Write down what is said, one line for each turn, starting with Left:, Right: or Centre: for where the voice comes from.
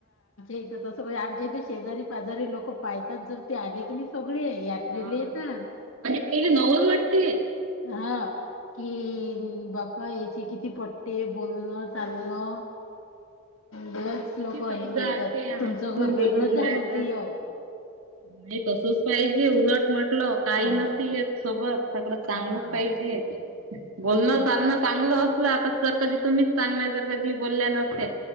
Left: इथ तसं आमच्या इथे शेजारी पाजारी लोक पाहतात जर ते आले की नाही सगळे या रिलीये
Right: हा
Left: तर,
Right: म्हणजे ते नवल वाटते
Left: हा. कि बापा यायचे किती पट्टि बोलणं चालणं.
Right: <inaudible>
Left: लयच
Right: किती
Left: लोक हे
Right: समजा
Left: म्हणतात
Right: असे हसून
Left: तुमचं घर
Right: बोलवून
Left: वेगळंच आहे
Right: राहायचा.
Left: म्हणते य
Right: नाही तसच पाहिजे उलट म्हटलं. काही
Left: हा
Right: नसते येत सोबत सगळं चांगलं
Left: हा
Right: पाहिजे बोलणं
Left: हा
Right: चालणं चांगलं असलं आता जर कधी तुम्हीच चांगल्या जर कधी बोलल्या नसत्या